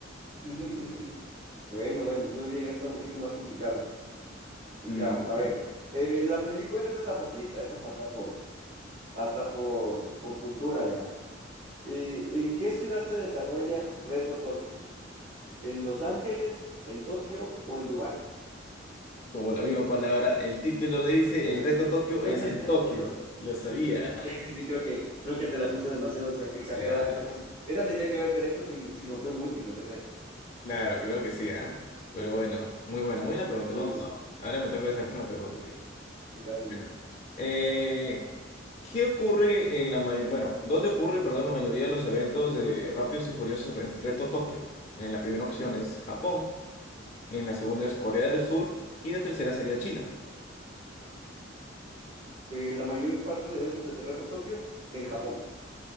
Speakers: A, on the right; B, on the left.
A: <laughs> Bueno, bueno, muy bien. Esta un poquito más complicada. Ya,
B: Mm,
A: a ver. Eh, la película esta está facilita. Esta es hasta por, hasta por, por cultura ya. Eh, ¿en qué ciudad se desarrolla Reto Tokio? ¿En Los Ángeles, en Tokio o en Dubái?
B: como la misma palabra, el título le dice, el reto Tokio
A: <laughs>
B: es en Tokio. Lo sabía.
A: Sí, sí, sí, creo que, creo que te la puse demasiado exa- exageradamente
B: La-
A: fácil. Esa tenía que haberte hecho sin, sin opción múltiple, aunque sea.
B: Claro, creo que sí, ¿ah? Pero bueno, muy buena, muy buena pregunta,
A: Sí,
B: me ha gustado. Ahora me toca hacerte una pregunta a ti.
A: dale, amigo.
B: Bueno. Eh, ¿Qué ocurre en la mayor... Bueno, ¿dónde ocurre, perdón, la mayoría de los eventos de Rápidos y Furiosos Re- Reto Tokio? En la primera opción es Japón, en la segunda es Corea del Sur y la tercera sería China.
A: Eh, la mayor parte de eventos de Terremoto Tokio en Japón.